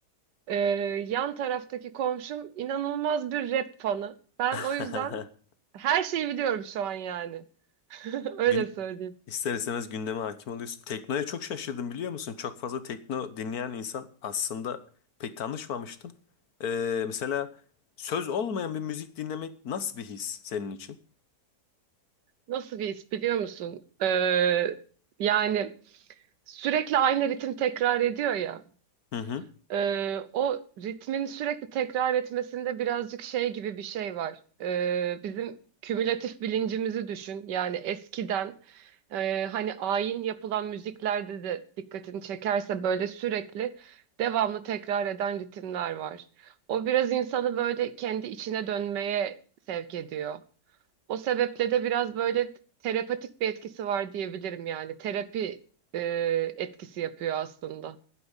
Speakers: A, on the right; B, on the left.
A: Ee, yan taraftaki komşum inanılmaz bir rap fanı. Ben
B: <laughs>
A: o yüzden her şeyi biliyorum şu an yani. <laughs> Öyle
B: gün
A: söyleyeyim.
B: İster istemez gündeme hakim oluyorsun. Teknoya çok şaşırdım biliyor musun? Çok fazla tekno dinleyen insan aslında pek tanışmamıştım. Ee, mesela söz olmayan bir müzik dinlemek nasıl bir his senin için?
A: Nasıl bir his biliyor musun? Ee, yani sürekli aynı ritim tekrar ediyor ya.
B: Hı hı.
A: Ee, o ritmin sürekli tekrar etmesinde birazcık şey gibi bir şey var. Ee, bizim kümülatif bilincimizi düşün. Yani eskiden e, hani ayin yapılan müziklerde de dikkatini çekerse böyle sürekli devamlı tekrar eden ritimler var. O biraz insanı böyle kendi içine dönmeye sevk ediyor. O sebeple de biraz böyle terapatik bir etkisi var diyebilirim yani. Terapi e, etkisi yapıyor aslında.